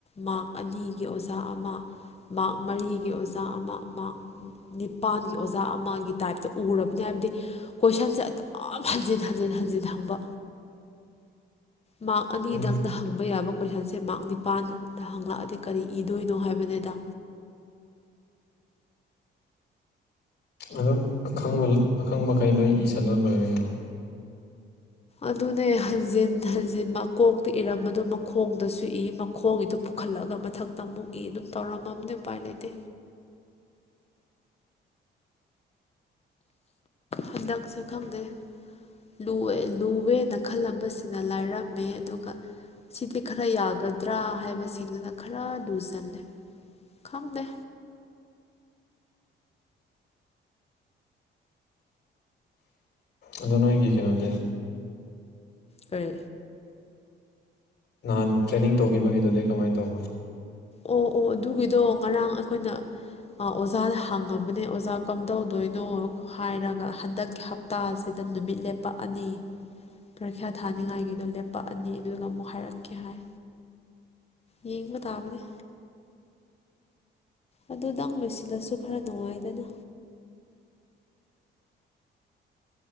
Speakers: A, on the left (about 30°); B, on the left (about 55°).
A: ꯃꯥꯛ ꯑꯅꯤꯒꯤ ꯑꯣꯖꯥ ꯑꯃꯥ ꯃꯥꯛ ꯃꯔꯤꯒꯤ ꯑꯣꯖꯥ ꯑꯃꯥ ꯃꯥꯛ ꯅꯤꯄꯥꯟꯒꯤ ꯑꯣꯖꯥ ꯑꯃꯥꯒꯤ ꯇꯥꯏꯞꯇ ꯎꯔꯕꯅꯦ ꯍꯥꯏꯕꯗꯤ ꯀꯣꯏꯁꯟꯁꯦ ꯑꯗꯨꯝ ꯍꯟꯖꯤꯟ ꯍꯟꯖꯤꯟ ꯍꯟꯖꯤꯟ ꯍꯪꯕ ꯃꯥꯛ ꯑꯅꯤꯗꯪꯗ
B: ꯎꯝ
A: ꯍꯪꯕ ꯌꯥꯕ ꯀꯣꯏꯁꯟꯁꯦ ꯃꯥꯔꯛ ꯅꯤꯄꯥꯟꯗ ꯍꯪꯉꯛꯑꯗꯤ ꯀꯔꯤ ꯏꯗꯣꯏꯅꯣ ꯍꯥꯏꯕꯅꯤꯗ
B: ꯑꯗꯣ ꯑꯈꯪꯕ ꯑꯈꯪꯕꯒꯩ ꯂꯣꯏ ꯏꯁꯜꯂ ꯂꯣꯏꯔꯦ ꯀꯩꯅꯣ
A: ꯑꯗꯨꯅꯦ ꯍꯟꯖꯤꯟ ꯍꯟꯖꯤꯟ ꯃꯀꯣꯛꯇ ꯏꯔꯝꯕꯗꯨ ꯃꯈꯣꯡꯗꯁꯨ ꯏ ꯃꯈꯣꯡꯒꯤꯗꯨ ꯄꯨ ꯄꯨꯈꯠꯂꯒꯥ ꯃꯊꯛꯇꯥ ꯑꯃꯨꯛ ꯏ ꯑꯗꯨꯝ ꯇꯧꯔꯝꯃꯕꯅꯤ ꯎꯄꯥꯏ ꯂꯩꯇꯦ ꯍꯟꯗꯛꯁꯦ ꯈꯪꯗꯦ ꯂꯨꯋꯦ ꯂꯨꯋꯦꯅ ꯈꯜꯂꯝꯕꯁꯤꯡꯅ ꯂꯥꯏꯔꯝꯃꯦ ꯑꯗꯨꯒ ꯁꯤꯗꯤ ꯈꯔ ꯌꯥꯒꯗ꯭ꯔꯥ ꯍꯥꯏꯕꯁꯤꯡꯗꯨꯅ ꯈꯔ ꯂꯨꯁꯜꯂꯦ ꯈꯪꯗꯦ
B: ꯑꯗꯨ ꯅꯣꯏꯒꯤ ꯀꯩꯅꯣꯗꯤ
A: ꯀꯔꯤ
B: ꯅꯍꯥꯟ ꯇ꯭ꯔꯦꯅꯤꯡ ꯇꯧꯈꯤꯕꯒꯤꯗꯨꯗꯤ ꯀꯃꯥꯏꯅ ꯇꯧꯕ
A: ꯑꯣ ꯑꯣ ꯑꯗꯨꯒꯤꯗꯣ ꯉꯔꯥꯡ ꯑꯈꯣꯏꯅ ꯑꯥ ꯑꯣꯖꯥꯗ ꯍꯪꯉꯕꯅꯦ ꯑꯣꯖꯥ ꯀꯝꯗꯧꯗꯣꯏꯅꯣ ꯍꯥꯏꯔꯒ ꯍꯟꯗꯛ ꯍꯞꯇꯥ ꯁꯤꯗ ꯅꯨꯃꯤꯠ ꯂꯦꯞꯄꯛꯑꯅꯤ ꯄꯔꯤꯈ꯭ꯌꯥ ꯊꯥꯅꯤꯡꯉꯥꯏꯒꯤꯗꯣ ꯂꯦꯞꯄꯛꯑꯅꯤ ꯑꯗꯨꯒ ꯑꯃꯨꯛ ꯍꯥꯏꯔꯛꯀꯦ ꯍꯥꯏ ꯌꯦꯡꯕ ꯇꯥꯕꯅꯤ ꯑꯗꯨꯗꯪ ꯂꯣꯏꯁꯤꯜꯂꯁꯨ ꯈꯔ ꯅꯨꯡꯉꯥꯏꯗꯅ